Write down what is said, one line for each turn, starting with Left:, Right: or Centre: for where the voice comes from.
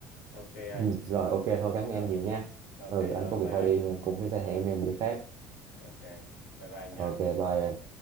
Left: ok anh
Right: Ừ, rồi ok thôi cảm ơn
Left: rồi
Right: em nhiều nha.
Left: ok
Right: Ừ
Left: rồi
Right: anh có việc
Left: bye anh
Right: phải đi mình cũng sẽ hẹn em bữa khác.
Left: ok bye bye anh nha
Right: Ok bye em.